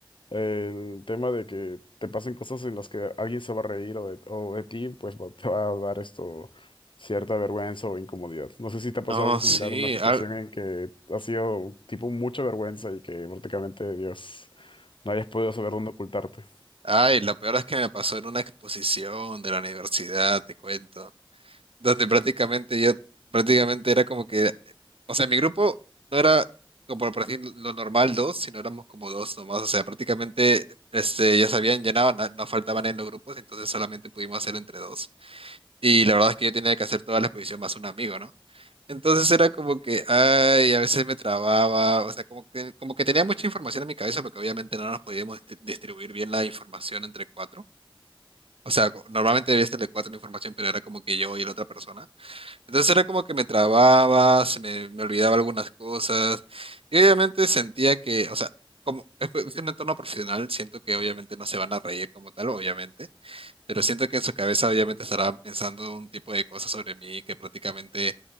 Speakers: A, on the left; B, on the right.
A: el tema de que te pasen cosas en las que alguien se va a reír o de, o de ti, pues va- te va a dar esto cierta vergüenza o incomodidad. No sé si te
B: No,
A: ha pasado algo similar,
B: sí.
A: una situación
B: al-
A: en que ha sido tipo mucha vergüenza y que prácticamente, Dios, no hayas podido saber dónde ocultarte.
B: Ay, lo peor es que me pasó en una exposición de la universidad, te cuento, donde prácticamente yo, prácticamente era como que, o sea, mi grupo no era como por decir lo normal dos, sino éramos como dos nomás, o sea, prácticamente, este, ya se habían llenado, na- no, faltaban en los grupos, entonces solamente pudimos hacer entre dos. Y la verdad es que yo tenía que hacer toda la exposición más un amigo, ¿no? Entonces era como que, ay, a veces me trababa, o sea, como que, como que tenía mucha información en mi cabeza porque obviamente no nos podíamos distri- distribuir bien la información entre cuatro. O sea, co- normalmente debía ser de cuatro la información, pero era como que yo y la otra persona. Entonces era como que me trababa, se me, me olvidaba algunas cosas y obviamente sentía que, o sea, como es pues, es un entorno profesional, siento que obviamente no se van a reír como tal, obviamente, pero siento que en su cabeza obviamente estarán pensando un tipo de cosas sobre mí que prácticamente